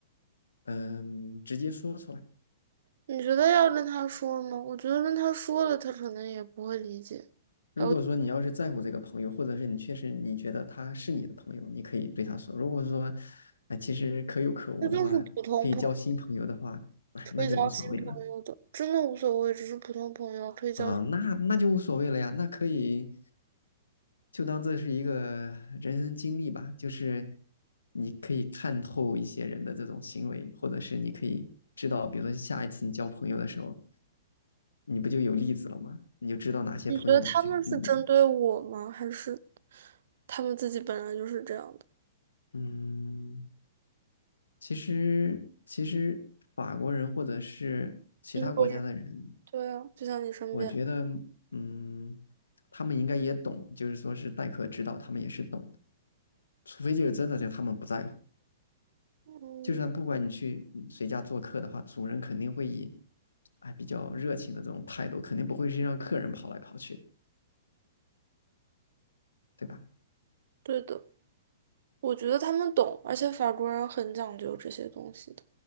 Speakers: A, on the left (about 70°); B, on the right (about 50°).
A: 嗯、直接说出来。
B: 你觉得要跟他说吗？我觉得跟他说了，他可能也不会理解。还有，
A: 如果说你要是在乎这个朋友，或者是你确实你觉得他是你的朋友，你可以对他说。如果说，哎，其实可有可无的话，
B: 这就是普通朋友，
A: 可以交新朋友的话，哎，
B: 可以交新朋友的，
A: 那就无所谓了
B: 真的无所谓，只是普通朋友可以交新
A: 啊，那那就无所谓了呀，那可以就当这是一个人生经历吧，就是你可以看透一些人的这种行为，或者是你可以知道，比如说下一次你交朋友的时候，你不就有例子了吗？你就知道哪些朋友你去避免。
B: 你觉得他们是针对我吗？还是他们自己本来就是这样的？
A: 嗯，其实，其实法国人或者是其他国家的人，
B: 英国人，对啊，就像你身边。
A: 我觉得，嗯，他们应该也懂，就是说是待客之道，他们也是懂的。除非就是真的，就他们不在乎。
B: 嗯，
A: 就算不管你去嗯谁家做客的话，主人肯定会以，哎，比较热情的这种态度，肯定不会是让客人跑来跑去的对吧？
B: 对的，我觉得他们懂，而且法国人很讲究这些东西的。